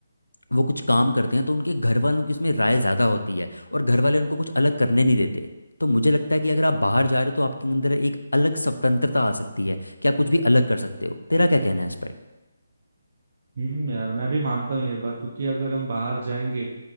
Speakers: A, on the left; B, on the right.
A: वो कुछ काम करते हैं तो उनके घर वालों की उसमें राय ज़्यादा होती है और घर वाले उनको कुछ अलग करने नहीं देते तो मुझे लगता है कि अगर आप बाहर जा रहे हो तो आपके अंदर एक अलग स्वतंत्रता आ सकती है कि आप कुछ भी अलग कर सकते हो तेरा क्या कहना है इस पर
B: हम्म यार मैं भी मानता हूँ ये बात क्योंकि अगर हम बाहर जाएंगे